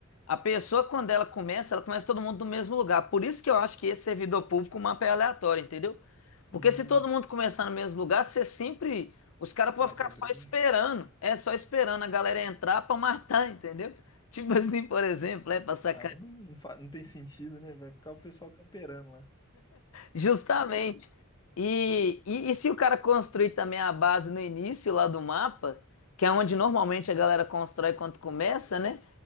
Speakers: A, on the left; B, on the left.
A: A pessoa, quando ela começa, ela começa todo mundo do mesmo lugar. Por isso que eu acho que esse servidor público, o mapa é aleatório, entendeu?
B: Hum,
A: Porque se todo mundo começar no mesmo lugar, você sempre. Os caras podem
B: vai
A: ficar
B: ter briga.
A: só esperando. É só esperando a galera entrar pra matar, <laughs> entendeu? Tipo assim, por exemplo, é pra sacar.
B: Aí não, não, fa- não tem sentido, né? Vai ficar o pessoal camperando lá.
A: Justamente. E, e, e se o cara construir também a base no início lá do mapa, que é onde normalmente a galera constrói quando começa, né?